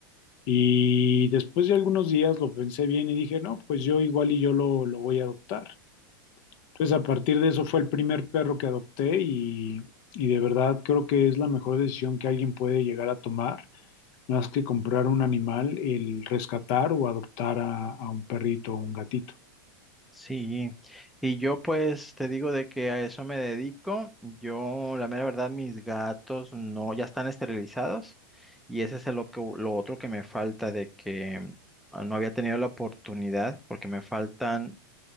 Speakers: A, on the left (about 45°); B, in the centre.
A: Y después de algunos días lo pensé bien y dije, no, pues yo igual y yo lo, lo voy a adoptar. Entonces, a partir de eso fue el primer perro que adopté y, y de verdad creo que es la mejor decisión que alguien puede llegar a tomar, más que comprar un animal, el rescatar o adoptar a, a un perrito o un gatito.
B: Sí, y yo pues te digo de que a eso me dedico. Yo, la mera verdad, mis gatos no, ya están esterilizados y ese es el lo que, lo otro que me falta de que ah, no había tenido la oportunidad porque me faltan,